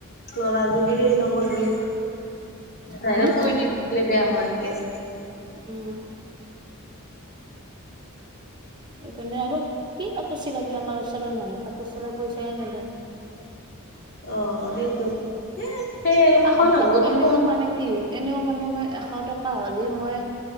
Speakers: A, on the left; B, on the right.
A: নোৱাৰা যদি সেই নকৰিবি দাইক
B: হম
A: কৈ দিলে বেয়া হোৱাত য়েছ
B: উম সেইকাৰণে আৰু কি কাপোৰ চিলা দিয়ে আমাৰ ওচৰৰ মানুহ কাপোৰ চিলাই পইচাই নিদে
A: অঁ সেইটো সেই আৰু কাষৰ
B: এতিয়া
A: মানুহ অলপ
B: এনেও
A: কম
B: মানে কি এনেও মানে মই এশ টকা হ'লে মই